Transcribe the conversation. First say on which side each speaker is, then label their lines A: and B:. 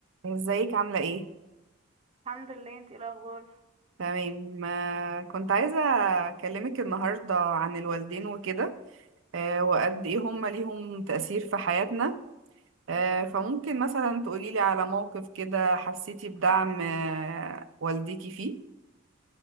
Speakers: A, on the right; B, on the right.
A: ازيك عاملة ايه؟
B: الحمد لله انتي ايه الاخبار
A: تمام آه، كنت عايزة اكلمك النهاردة عن الوالدين وكده آه، وقد ايه هما ليهم تأثير في حياتنا آه، فممكن مثلا تقوليلي على موقف كده حسيتي بدعم آه، والديكي فيه